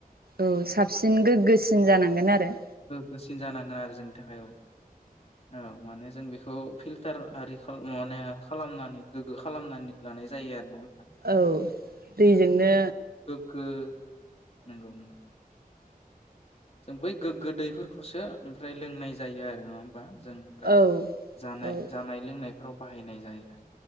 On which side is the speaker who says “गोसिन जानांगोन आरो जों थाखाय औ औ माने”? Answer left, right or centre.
Left